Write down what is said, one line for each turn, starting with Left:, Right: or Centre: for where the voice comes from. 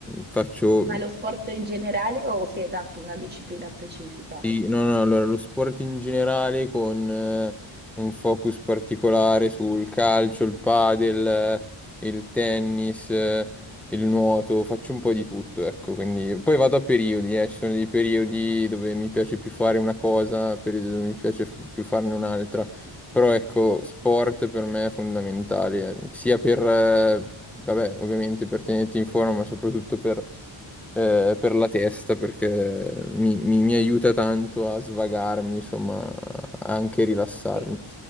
Centre: faccio
Right: fai lo sport in generale o sei esatto una disciplina specifica?
Centre: Sì, no, no, allora lo sport in generale con eh, un focus particolare sul calcio, il padel, eh, il tennis, eh, il nuoto, faccio un po' di tutto, ecco, quindi poi vado a periodi, eh, ci sono dei periodi dove mi piace più fare una cosa, periodi dove mi piace f- più farne un'altra, però ecco, sport per me è fondamentale, eh, sia per, eh, vabbè, ovviamente per tenerti in forma, ma soprattutto per eh, per la testa perché mi, mi- mi aiuta tanto a svagarmi, insomma, a anche rilassarmi.
Right: Sì.